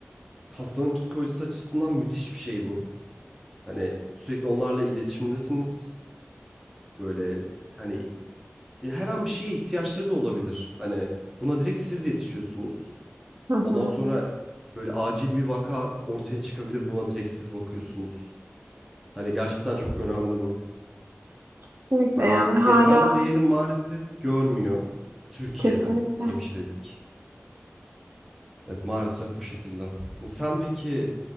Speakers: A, in the centre; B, on the right.
A: hastanın psikolojisi açısından müthiş bir şey bu. Hani sürekli onlarla iletişimdesiniz. Böyle hani e, her an bir şeye ihtiyaçları da olabilir. Hani buna direkt siz yetişiyorsunuz.
B: Hı
A: Ondan
B: hı.
A: sonra böyle acil bir vaka ortaya çıkabilir. Buna direkt siz bakıyorsunuz. Hani gerçekten çok önemli bu.
B: Kesinlikle
A: Ben
B: yani hala
A: yeterli değerim maalesef görmüyor Türkiye'de
B: kesinlikle.
A: hemşirelik. Evet maalesef bu şekilde. Sen peki